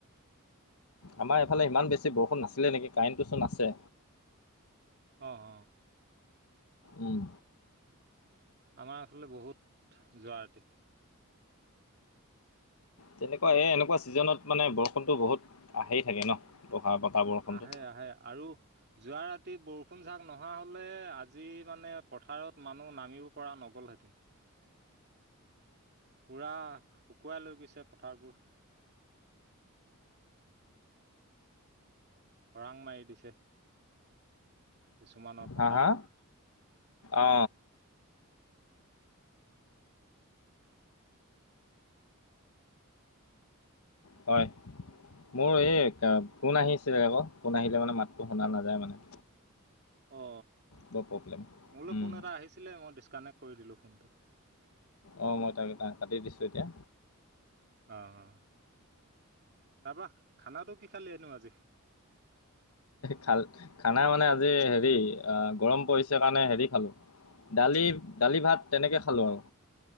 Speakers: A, on the left; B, on the right.
A: আমাৰ এইফালে ইমান বেছি বৰষুণ নাছিলে নেকি? কাৰেণ্টটো চোন আছে।
B: অ হ।
A: উম।
B: আমাৰ আচলতে বহুত যোৱা ৰাতি।
A: তেনেকুৱা এ এনেকুৱা ছিজনত মানে বৰষুতো বহুত আহেই থাকে ন? বতাহ বৰষুণটো
B: আহে আহে আৰু যোৱা ৰাতি বৰষুণ জাক নহা হলে আজ যি মানে পথাৰত মানুহ নামিব পৰা নগলহেঁতেন পুৰা শুকুৱাই লৈ গৈছে পথাৰবোৰ <inaudible> খৰাং মাৰি দিছে কিছুমানৰ পথাৰবোৰ
A: হা হা অ হয়। মোৰ এই ফোন আহিছিলে আক, ফোন আহিলে মানে মাতটো শুনা নাযায় মানে।
B: অ
A: বৰ প্ৰব্লেম
B: মোলে
A: উম
B: ফোন এটা আহিছিলে মই ডিচকানেক্ট কৰি দিলো ফোনটো।
A: অ মই তাক কাটি দিছোঁ এতিয়া।
B: অ অ তাৰ পৰা খানাটো কি? খালি নো আজি?
A: খ খানা মানে আজি হেৰি গৰম পৰিছে কাৰণে হেৰি খালো দালি দালি ভাত তেনেকে খালোঁ আৰু।